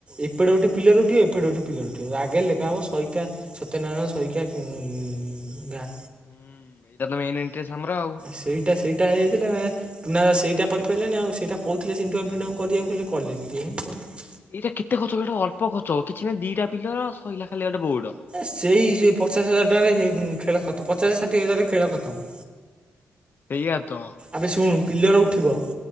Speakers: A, on the right; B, on the left.
A: ଏପଟେ
B: ହୁଁ
A: ଗୋଟେ ପିଲର ଉଠିବ, ଏପଟେ ଗୋଟେ ପିଲର ଉଠିବ, ଆଗରେ ଲେଖାହବ ସହିକା ସତ୍ୟନାରାୟଣ ଶଇକା <inaudible> ଗାଁ।
B: ହୁଁ ଏଇଟା ତ ମେନ୍ ଏଣ୍ଟ୍ରି <unintelligible> ଆଉ।
A: ସେଇଟା ସେଇଟା ହେଇଯାଇଥିଲେ ମେ ମୁନା ବା ସେଇଟା କରିପାଇଲାନି ଆଉ ସେଇଟା କହୁଥିଲେ ଚିଣ୍ଟୁଆମୁ ଫିଣ୍ଟୁଆମୁ କରିବାକୁ ହେଲେ କଲେନି କିଏ <unintelligible>
B: ଏଇଟା କେତେ ଖର୍ଚ୍ଚ ହବ ଏଇଟା ଅଳ୍ପ ଖର୍ଚ୍ଚ ହବ କିଛି ନାହୁଁ ଦିଇଟା ପିଲର, ଶଇଲା ଖାଲି ଗୋଟେ ବୋର୍ଡ଼।
A: ସେଇ ସେ ପଚାଶ ହଜାର ଟଙ୍କାରେ ହେଇ ଖେଳ ଖତ, ପଚାଶ ଷାଠିଏ ହଜାରରେ ଖେଳ ଖତମ୍।
B: ସେଇଆ ତ।
A: ଆବେ ଶୁଣୁ ପିଲର ଉଠିବ,